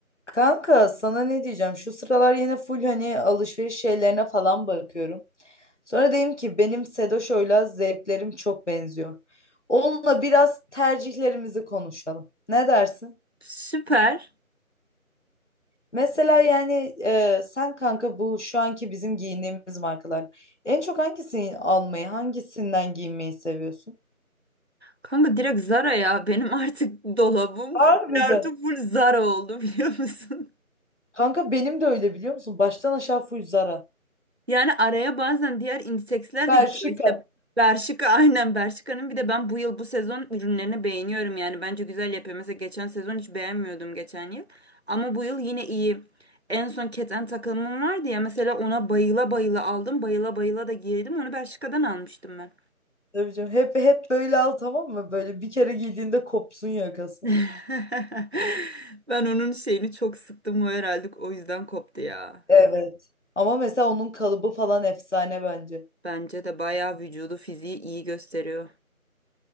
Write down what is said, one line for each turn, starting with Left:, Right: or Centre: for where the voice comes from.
Left: Kanka sana ne diyeceğim? Şu sıralar yine full hani alışveriş şeylerine falan bakıyorum. Sonra dedim ki benim Sedoşo'yla zevklerim çok benziyor. Onunla biraz tercihlerimizi konuşalım. Ne dersin?
Right: Süper.
Left: Mesela yani e, sen kanka bu şu anki bizim giyindiğimiz markalar. En çok hangisini almayı, hangisinden giyinmeyi seviyorsun?
Right: Kanka direkt Zara ya. Benim artık dolabım
Left: Harbiden.
Right: full artı full Zara oldu biliyor musun? <laughs>
Left: Kanka benim de öyle biliyor musun? Baştan aşağı full Zara.
Right: Yani araya bazen diğer indiseksler
Left: Bershka.
Right: de gidiyor. İşte Bershka aynen Bershka'nın bir de ben bu yıl bu sezon ürünlerini beğeniyorum yani. Bence güzel yapıyor. Mesela geçen sezon hiç beğenmiyordum geçen yıl. Ama bu yıl yine iyi. En son keten takımım vardı ya mesela ona bayıla bayıla aldım. Bayıla bayıla da giydim. Onu Bershka'dan almıştım ben.
Left: Tabii canım. Hep hep böyle al tamam mı? Böyle bir kere giydiğinde kopsun yakası.
Right: <laughs> Ben onun şeyini çok sıktım o herhalde o yüzden koptu ya.
Left: Evet. Ama mesela onun kalıbı falan efsane bence.
Right: Bence de bayağı vücudu fiziği iyi gösteriyor.